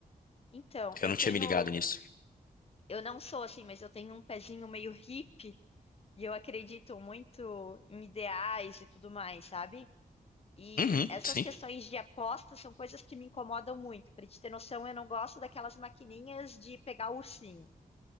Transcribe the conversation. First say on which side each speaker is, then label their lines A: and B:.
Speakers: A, on the left; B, on the left.
A: Então, eu
B: Eu não
A: tenho,
B: tinha me ligado nisso.
A: eu não sou assim, mas eu tenho um pezinho meio hippie e eu acredito muito em ideais e tudo mais, sabe? E
B: Uhum,
A: essas
B: sim.
A: questões
B: <laughs>
A: de apostas são coisas que me incomodam muito. Para te ter noção, eu não gosto daquelas maquininhas de pegar o ursinho.